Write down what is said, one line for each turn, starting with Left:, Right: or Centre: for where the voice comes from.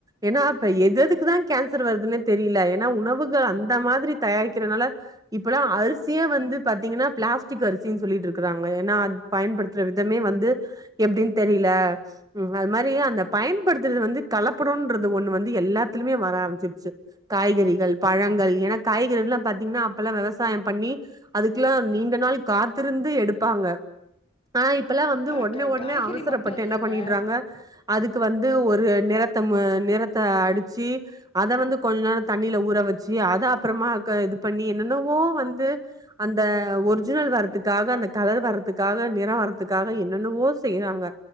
Right: ஏன்னா இப்ப எதெதுக்கு தான் கேன்சர் வருதுன்னே தெரில ஏன்னா உணவுகள் அந்த மாதிரி தயாரிக்கிறனால இப்பல்லாம் அரிசியே வந்து பாத்தீங்கன்னா பிளாஸ்டிக் அரிசின்னு சொல்லிட்டு இருக்கறாங்க ஏன்னா அது பயன்படுத்துற விதமே வந்து எப்படின்னு தெரியல அது மாரி அந்த பயன்படுத்துறது வந்து கலப்படம்ன்றது ஒண்ணு வந்து எல்லாத் லுமே வர ஆரமிச்சிச்சி காய்கறிகள் பழங் கள் காய்கறிங்கனா அப்பல்லாம் வெவசாயம் பண்ணி அதுக்கெல்லாம் நீண்ட நாள் காத்திருந்து எடுப்பாங்க ஆனாப் இப்பல்லாம் வந்து
Left: அஹ்
Right: ஒடனே
Left: க-
Right: ஒடனே
Left: காய்கறி
Right: அவசரப்பட்டு
Left: மட்டும் இல்லைங்க
Right: என்ன பண்ணிட்றாங்க அதுக்கு வந்து ஒரு நிறத்த நிறத்த அடிச்சு அத வந்து கொஞ்ச நேரம் தண்ணில ஊற வச்சு அத அப்புறமா இது பண்ணி என்னென்னவோ வந்து அந்த ஒரிஜினல் வர்றதுக்காக அந்த கலர் வர்றதுக்காக நிறம் வர்றதுக்காக என்னென்னவோ செய்யறாங்க